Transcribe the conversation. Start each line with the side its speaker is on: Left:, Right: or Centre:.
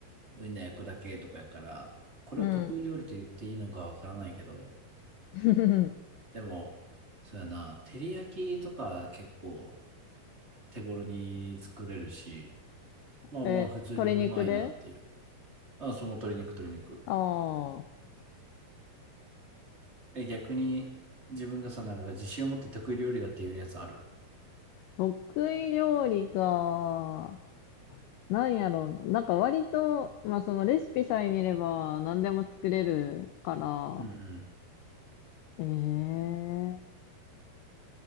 Right: ウインナー焼くだけとかやから、これを得意料理と言っていいのかわからないけど、
Left: うん。<laughs>
Right: でも、そうやな、照り焼きとか結構手頃に作れるし、まあまあ、
Left: え、
Right: 普通にうまいなっていう。
Left: 鶏肉で
Right: あ、その鶏肉、鶏肉。
Left: ああー、
Right: え、逆に自分がさ、なんか自信を持って得意料理だっていうやつある。
Left: 得意料理か。なんやろう。なんか割と、まあそのレシピさえ見れば何でも作れるから、
Right: うんう
Left: ええ